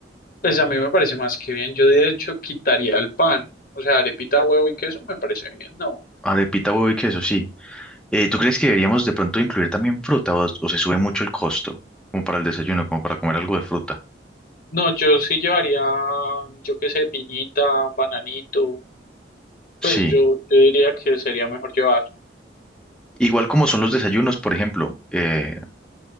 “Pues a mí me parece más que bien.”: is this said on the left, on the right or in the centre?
Left